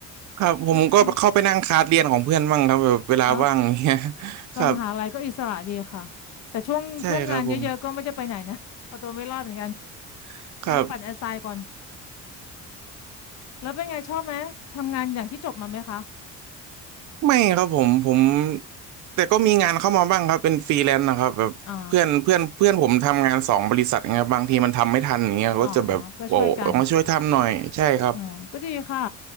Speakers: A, on the right; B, on the left.
A: ครับผมก็เข้าไปนั่งคลาสเรียนของเพื่อนบ้างครับแบบเวลาว่างเนี่ย
B: นี่นี่เนาะตอนมหาลัยก็อิสระดีค่ะแต่ช่วงช่วงงานเยอะๆก็ไม่ได้ไปไหนนะ
A: ครับใช่ครับผม
B: <laughs> เอาตัวไม่รอดเหมือนกัน
A: <laughs> ครับ
B: นั่งปั่นแอสไซน์ก่อนแล้วเป็นไงชอบไหมทำงานอย่างที่จบมาไหมคะ
A: ไม่ครับผมผมแต่ก็มีงานเข้ามาบ้างครับเป็นฟรีแลนซ์นะครับแบบเพื่อนเพื่อนเพื่อนผมทำงานสองบริษัทไงบบางทีมันทำไม่ทันอย่างเงี้ยก็จะแบบโอ้มาช่วยทำหน่อยใช่ครับ
B: อ๋ออ๋อก็ช่วยกัน อ๋อก็ดีค่ะ